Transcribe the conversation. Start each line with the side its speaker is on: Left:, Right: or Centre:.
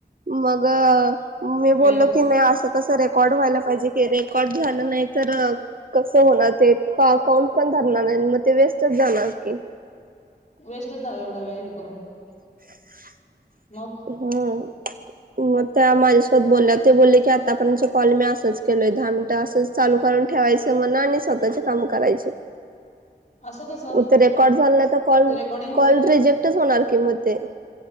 Right: मग मी
Left: वेळ
Right: बोलले की नाही असं कसं रेकॉर्ड व्हायला पाहिजे की रेकॉर्ड झालं नाही तर कसं होणार ते अकाउंट पण धरणार नाही मग ते वेस्टच जाणार की
Left: वेस्टच झाला एवढा वेळ हे करून.
Right: ह <unintelligible>
Left: मग?
Right: हम्म. मग त्या माझ्यासोबत बोलल्या ते बोलले की आतापर्यंत कॉल मी असंच केलोय दहा मिनिटं असंच चालू करून ठेवायचे म्हण आणि स्वतःचे काम करायचे.
Left: असं कसं
Right: मग ते रेकॉर्ड झाल नाही तर कॉल,
Left: रेकॉर्डिंग
Right: कॉल रिजेक्टच होणार कि मग ते